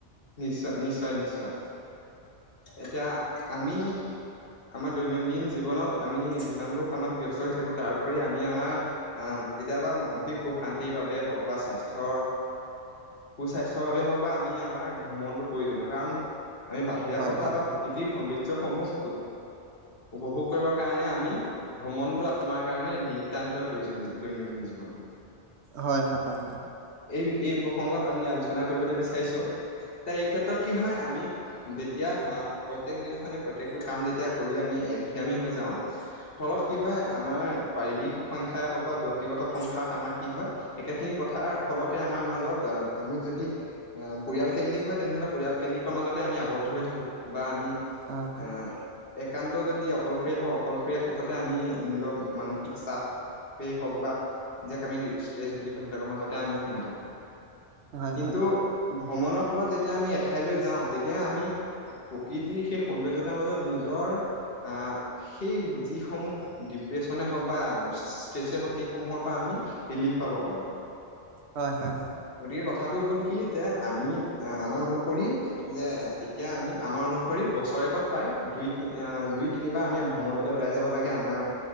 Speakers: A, on the left (about 60°); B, on the right (about 80°).
A: নিশ্চয়-নিশ্চয়-নিশ্চয়, এতিয়া আমি আমাৰ দৈনন্দিন জীৱনত আমি যিমানবোৰ কামত ব্যস্ত হৈ থাকো তাৰ‌উপৰি আমি আমাৰ আহ কেতিয়াবা মানসিক সুখ শান্তিৰ বাবে হওক বা স্বাস্থ্যৰ সুস্বাস্থ্যৰ বাবে হওক বা আমি আমাৰ মনটো প্ৰয়োজন হয় কাৰণ আমি বাহিৰা
B: হয়
A: কথা
B: হয়
A: বা প্ৰকৃতিৰ সৌন্দৰ্য সমূহ উপভোগ কৰিবৰ কাৰণে আমি ভ্ৰমণটো আমাৰ কাৰণে নিতান্তই প্ৰয়োজনীয় দৈনন্দিন জীৱনত।
B: হয় হয়
A: এই এই প্ৰসংগত আমি আলোচনা কৰিবলৈ বিচাৰিছো এই ক্ষেত্ৰত কি হয়, আমি যেতিয়া আহ প্ৰত্যেক দিনাখনে প্ৰত্যেকটো কাম যেতিয়া কৰি আমি এক ধিয়ামি হৈ যাওঁ ফলত কি হয় আমাৰ পাৰিবিক সংখ্যাই হওক বা ব্যক্তিগত সংসাৰত আমাৰ কি হয়, একেখিনি কথাৰ ফলতে আমাৰ মাজত আমি যদি পৰিয়াল কেন্দ্ৰিক হয় তেনেহ'লে পৰিয়াল কেন্দ্ৰিক মাজতে আমি আৱদ্ধ হৈ থাকো। বা আমি
B: হয় হয়
A: আহ
B: <inaudible>
A: একান্ত যদি অ অকলশৰীয়া হও অকলশৰীয়া ক্ষেতত তে আমি নিজৰ মানসিক চাপেই হওক বা যক আমি ষ্ট্ৰেছ বুলি কওঁ সেইবিলাকৰ মাজতে আমি সোমাই থাকো।
B: হয়
A: কিন্তু
B: হয় হয়
A: ভ্ৰমণক ফলত যেতিয়া আমি এঠাইলৈ যাওঁ তেতিয়া আমি প্ৰকৃতিৰ সেই সৌন্দৰ্যতাৰ মাজত নিজৰ আহ সেই যিসমূহ ডিপ্ৰেশ্যনে হওক বা ষ্টেচে সক <inaudible> সমূহৰ পৰা আমি ৰিলিফ পাব পাৰোঁ
B: হয় হয় হয়
A: গতিকে কথাটো হ'ল কি যে আমি আমাৰ অনুসৰি যে এতিয়া আমি আমাৰ অনুসৰি বছৰেকত প্ৰায় দুই তিনিবাৰ আমি ভ্ৰমণলৈ ওলাই যাব লাগে আমাৰ